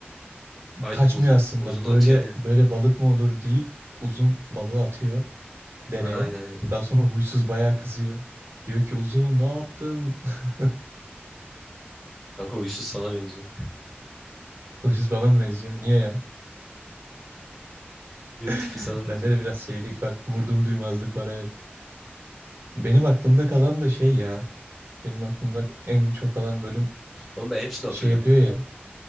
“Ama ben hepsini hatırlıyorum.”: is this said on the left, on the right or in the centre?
Centre